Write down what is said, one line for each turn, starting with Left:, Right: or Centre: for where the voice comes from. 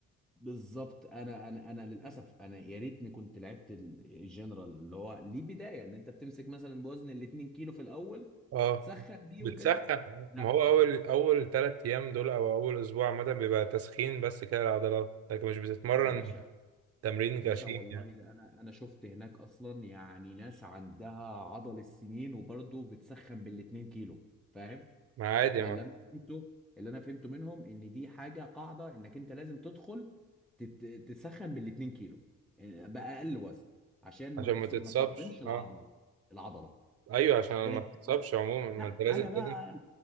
Centre: بالظبط انا انا انا للاسف انا يا ريتني كنت لعبت ال- الجنرال اللي هو ليه بدايه ان انت بتمسك مثلا بوزن ال 2 كيلو في الاول
Right: اه
Centre: تسخن بيه
Right: بتسخن
Centre: وكده لا
Right: ما هو اول اول ثلاث ايام دول او اول اسبوع عامه بيبقى تسخين بس كده العضلات لكن مش بتتمرن
Centre: يا باشا
Right: تمرين
Centre: يا باشا
Right: غشيم
Centre: والله
Right: يعني
Centre: ده انا انا شفت هناك اصلا يعني ناس عندها عضل السنين وبرضه بتسخن بال 2 كيلو فاهم
Right: ما عادي يا
Centre: فاللي
Right: معلم
Centre: انا فهمته اللي انا فهمته منهم ان دي حاجه قاعده انك انت لازم تدخل تت- تسخن بال 2 كيلو آه، باقل وزن عشان ما
Right: عشان
Centre: تص-
Right: ما تتصابش
Centre: ما تصدمش العضله
Right: اه
Centre: العضله
Right: ايوه عشان
Centre: آه،
Right: ما تتصابش عموما ما
Centre: لا
Right: انت لازم
Centre: انا بقى
Right: لازم